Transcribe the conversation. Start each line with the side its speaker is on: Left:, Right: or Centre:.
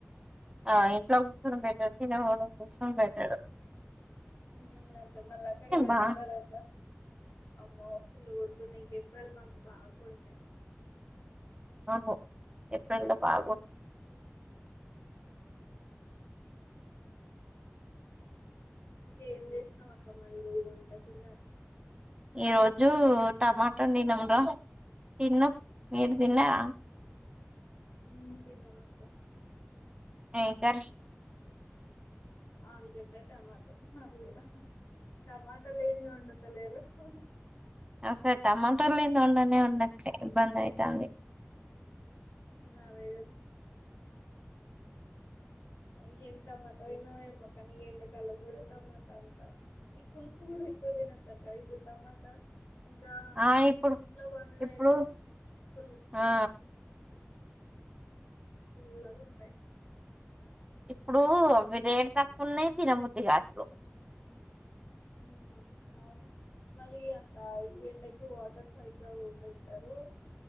Right: ఆ ఇంట్లో కూర్చొను బెట్టర్ తిన <unintelligible> బెట్టరు
Left: ఊ అంతే మళ్ల అక్కడికి పోయిన
Right: బా
Left: తర్వాత ఆమ్మో ఫుల్లు కొడుతున్నయ్ ఇంకేప్ ట్వల్ మంత్స్ బాగా కొడుతయ్
Right: ఇంగో ఏప్రిల్ లో పాగో
Left: ఇంకేం చేసినాం అక్క మరి ఈ రోజు వంట తిన్నర
Right: ఈ రోజు టమాటా వండినం రా తిన్నం మీరు తిన్నార
Left: ఊ తిన్నమక్క
Right: ఇంకా
Left: ఆలుగడ్డ టమాటో మాది కూడా టమాటా లేనిది వండుతలేరు ఓ
Right: అసల్ టమాట లేంది ఒండనే ఒండట్లే ఇబ్బంది ఐతంది
Left: ఇంగ అదే కదా అ ఏం టమాట దీన్నదో ఏమ్మో కానీ ఎండకలం కూడా టమాటా అంత ఈ పులుపు కూడా ఎక్కువ తినొద్దక్క ఇపుడు టమాటా ఇంకా
Right: ఆ ఇప్పుడు
Left: ఇంట్లో పండినవి
Right: ఇప్పుడు
Left: అయితే ఫుల్
Right: ఆ
Left: పుల్లగా ఉంటాయి
Right: ఇప్పుడు అవి రేట్ తక్కువ ఉన్నాయి తినబద్ది కాట్లేదు
Left: ఊ అవును మళ్ళీ అంత ఈ ఎండకి వాటర్ సరిగ్గా పెట్టరు